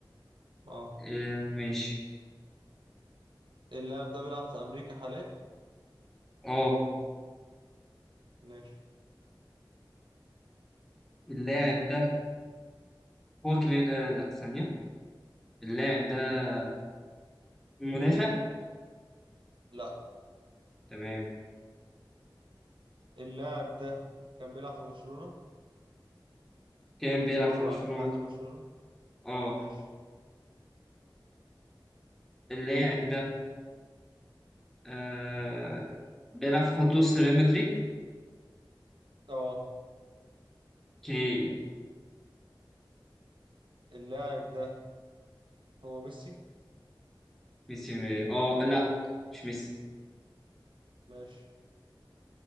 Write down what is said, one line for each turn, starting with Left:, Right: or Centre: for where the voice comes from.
Right: اه
Centre: آه ماشي
Right: اللاعب ده بيلعب في أمريكا حاليا
Centre: اه
Right: ماشي
Centre: اللاعب ده هو كلي... آه لا ثانية اللاعب ده مدافع
Right: لا
Centre: تمام
Right: اللاعب ده كان بيلعب في برشلونة
Centre: كان بيلعب
Right: مر
Centre: في برشلونة
Right: عليه في حياته برشلونة
Centre: اه
Right: ماشي
Centre: اللاعب ده آه بيلعب في خط وسط ريال مدريد
Right: اه
Centre: اوكي
Right: اللاعب ده هو ميسي
Centre: ميسي م- اه لا مش ميسي
Right: ماشي